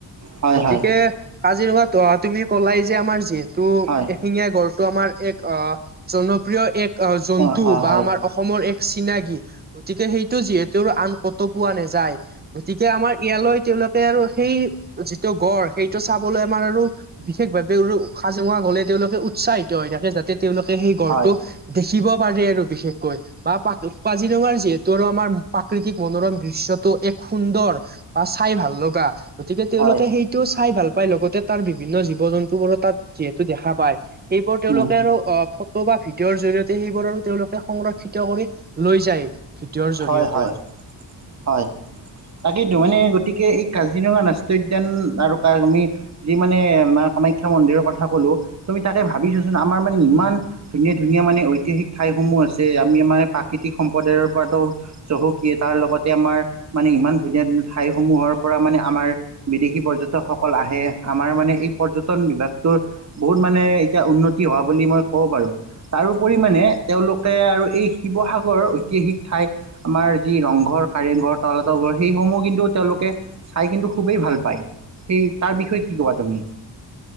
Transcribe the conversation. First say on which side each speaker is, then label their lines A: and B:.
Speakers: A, on the right (about 40°); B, on the right (about 25°).
A: হয়,
B: গতিকে
A: হয়,
B: কাজিৰঙাত অ', তুমি কলাই যে আমাৰ যি ত'
A: হয়,
B: এশিঙীয়া গড়টো আমাৰ এক অ', জনপ্ৰিয় এক জন্তু
A: অ', হয়,
B: বা
A: হয়,
B: আমাৰ অসমৰ এক চিনাকি, গতিকে সেইটো যিহেতু আন ক'তো পোৱা নাযায়। গতিকে আমাৰ ইয়ালৈ তেওঁলোকে আৰু সেই যিটো গড়, সেইটো চাবলৈ আমাৰ আৰু বিশেষভাৱে উখাজঙা হ'লে তেওঁলোকে উৎসাহিত হৈ থাকে যাতে তেওঁলোকে সেই গড়টো
A: হয়,
B: দেখিব পাৰে আৰু বিশেষকৈ বা কাজিৰঙাৰ যিহেতু আৰু আমাৰ প্ৰাকৃতিক মনোৰম দৃশ্যত টো এক সুন্দৰ বা চাই ভাল লগা, গতিকে তেওঁলোকে
A: হয়,
B: সেই টো চাই ভাল পায়, লগতে তাৰ বিভিন্ন জীৱ-জন্তু বোৰো তাত যিহেতু দেখা পায়। সেইবোৰ তেওঁলোকে
A: উম,
B: আৰু অ', ফটো বা ভিডিঅ'ৰ জৰিয়তে সেই বোৰ আৰু তেওঁলোকে সংৰক্ষিত কৰি লৈ যায়। ভিডিঅ'ৰ জৰিয়তে
A: হয়, হয়, হয়। তাকেইটো মানে গতিকে এই কাজিৰঙা ৰাষ্ট্ৰীয় উদ্যান আৰু কাক আমি যি মানে আমাৰ কামাখ্যা মন্দিৰৰ কথা ক'লোঁ, তুমি তাকে ভাবিছোৱাচোন আমাৰ মানে ইমান ধুনীয়া ধুনীয়া মানে ঐতিহাসিক ঠাইসমূহ আছে। আমি আমাৰ প্ৰাকৃতিক সম্প্ৰদায়ৰ পৰা চহকীয়ে, তাৰ লগতে আমাৰ মানে ইমান ধুনীয়া ধুনীয়া ঠাইসমূহৰ পৰা মানে আমাৰ বিদেশী পৰ্যটকসকল আহে। আমাৰ মানে এই পৰ্যটন বিভাগটোৰ বহুত মানে এতিয়া উন্নতি হোৱা বুলি মই ক'ব বাৰু। তাৰোপৰি মানে তেওঁলোকে আৰু এই শিৱসাগৰৰ ঐতিহাসিক ঠাই, আমাৰ যি ৰংঘৰ, কাৰেংঘৰ তলাতল ঘৰ সেইসমূহ কিন্তু তেওঁলোকে চাই কিন্তু খুবেই ভাল পায় সেই তাৰ বিষয়ে কি ক'বা তুমি?